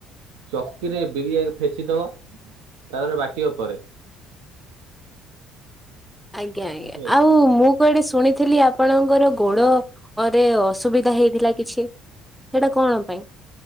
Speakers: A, on the right; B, in the centre.
A: ଚକିରେ ବିରିଆ ଫେସିଦବ ତାପରେ ବାଟିବା ପରେ
B: ଆଜ୍ଞା ଆଜଞା
A: ବୁଝିପାରିଲେ।
B: ଆଉ ମୁଁ କୁଆଡେ ଶୁଣିଥିଲି ଆ ଆପଣଙ୍କର ଗୋଡରେ ଅସୁବିଧା ହେଇଥିଲା କିଛି ସେଇଟା କଣ ପାଇଁ